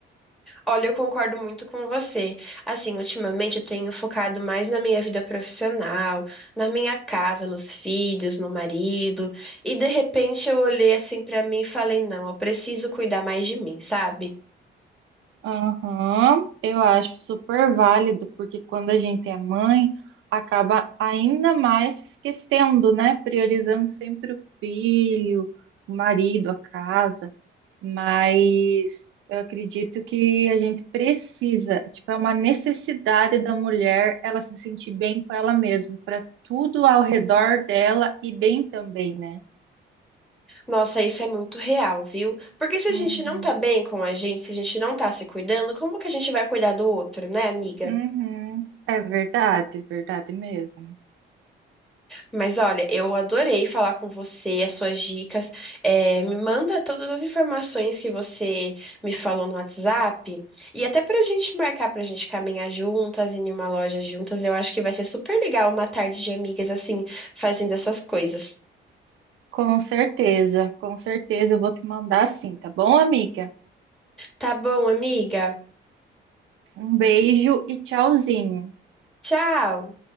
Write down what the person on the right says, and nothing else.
Aham, eu acho super válido, porque quando a gente é mãe, acaba ainda mais se esquecendo, né? Priorizando sempre o filho, o marido, a casa. Mas eu acredito que a gente precisa, tipo, é uma necessidade da mulher ela se sentir bem com ela mesma, para tudo ao redor dela e bem também, né?
Uhum,
uhum. É verdade, verdade mesmo.
Com certeza, com certeza eu vou te mandar sim, tá bom, amiga?
Um beijo e tchauzinho.